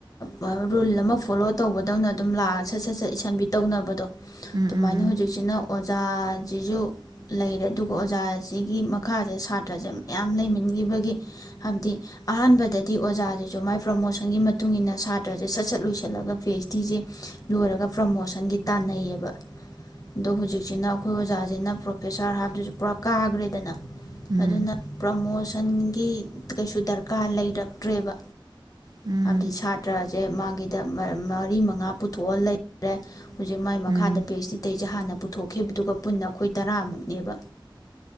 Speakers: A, on the left; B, on the right.
A: ꯑ-ꯔꯨꯜ ꯑꯃ ꯐꯣꯂꯣ ꯇꯧꯕꯗꯧꯅ ꯑꯗꯨꯝ ꯂꯥꯛꯑ ꯁꯠ ꯁꯠ ꯁꯠ ꯏꯁꯟꯕꯤ ꯇꯧꯅꯕꯗꯣ
B: ꯎꯝ
A: ꯑꯗꯨꯃꯥꯏꯅ
B: ꯎꯝ
A: ꯍꯨꯖꯤꯛꯁꯤꯅ ꯑꯣꯖꯥꯖꯤꯖꯨ ꯂꯩꯔꯦ ꯑꯗꯨꯒ ꯑꯣꯖꯥꯁꯤꯒꯤ ꯃꯈꯥꯖꯦ ꯁꯥꯇ꯭ꯔꯖꯦ ꯃꯌꯥꯝ ꯂꯩꯃꯤꯟꯒꯤꯕꯒꯤ ꯍꯥꯏꯕꯗꯤ ꯑꯍꯥꯟꯕꯗꯗꯤ ꯑꯣꯖꯥꯖꯤꯖꯨ ꯃꯥꯏ ꯄ꯭ꯔꯃꯣꯁꯟꯒꯤ ꯃꯇ ꯃꯇꯨꯡ ꯏꯟꯅ ꯁꯥꯇ꯭ꯔꯖꯦ ꯁꯠ ꯁꯠ ꯂꯣꯏꯁꯜꯂꯒ ꯄꯤ ꯑꯩꯆ ꯗꯤꯖꯦ ꯂꯣꯏꯔꯒ ꯄ꯭ꯔꯃꯣꯁꯟꯒꯤ ꯇꯥꯟꯅꯩꯌꯦꯕ ꯑꯗꯣ ꯍꯨꯖꯤꯛꯁꯤꯅ ꯑꯩꯈꯣꯏ ꯑꯣꯖꯥꯖꯤꯅ ꯄ꯭ꯔꯣꯐꯦꯁꯥꯔ ꯍꯥꯏꯕꯗꯨꯖꯨ ꯄꯨꯔꯥ ꯀꯥꯒ꯭ꯔꯦꯗꯅ
B: ꯎꯝ ꯎꯝ
A: ꯑꯗꯨꯅ ꯄ꯭ꯔꯝ ꯃꯣꯁꯟꯒꯤ ꯀꯩꯁꯨ ꯗꯔꯀꯥꯔ ꯂꯩꯔꯛꯇ꯭ꯔꯦꯕ
B: ꯎꯝ
A: ꯍꯥꯏꯕꯗꯤ ꯁꯥꯇ꯭ꯔꯖꯦ ꯃꯥꯒꯤꯗ ꯃꯔ ꯃꯔꯤ ꯃꯉꯥ ꯄꯨꯊꯣꯛꯑ ꯂꯩꯈꯔꯦ ꯍꯨꯖꯤꯛ ꯃꯥꯏ ꯃꯈꯥꯗ
B: ꯎꯝ
A: ꯄꯤ ꯑꯩꯆ ꯗꯤ ꯇꯩꯁꯦ ꯍꯥꯟꯅ ꯄꯨꯊꯣꯛꯈꯤꯕꯗꯨꯒ ꯄꯨꯟꯅ ꯑꯈꯣꯏ ꯇꯔꯥꯃꯨꯛꯅꯦꯕ